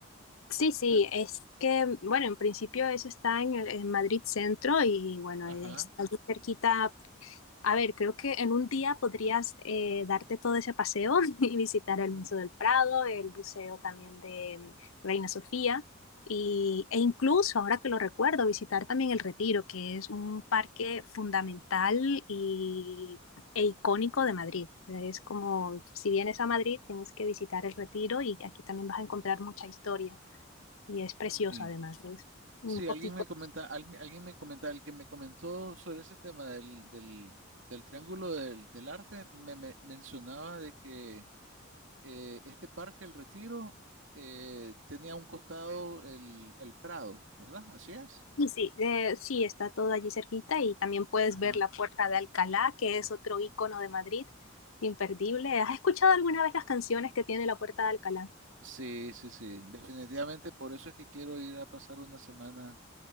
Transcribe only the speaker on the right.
¿ya?
Ajá.
ujú,
Sí.
Sí,
alguien me comenta, al- alguien me comenta, el que me comentó sobre ese tema del, del, del triángulo del, del arte, me, me- mencionaba de que eh, este parque, el Retiro, eh, tenía a un costado el, el Prado, ¿verdad? Así es.
Ajá.
Sí, sí, sí, definitivamente por eso es que quiero ir a pasar una semana